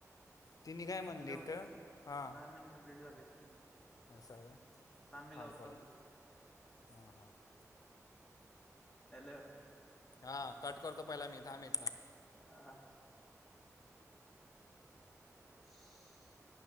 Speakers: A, on the left; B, in the centre.
A: तिने काय म्हणलीत?
B: हॅलो
A: हा.
B: दहा मिनिट कंप्लीट झाले
A: आस आहे का
B: मी
A: थांब
B: लावतो
A: परत
B: तुला
A: हां हां <unintelligible>
B: हॅलो?
A: हा, कट करतो पहिला मी, थांब इतन.
B: ह हा <inaudible> <inaudible>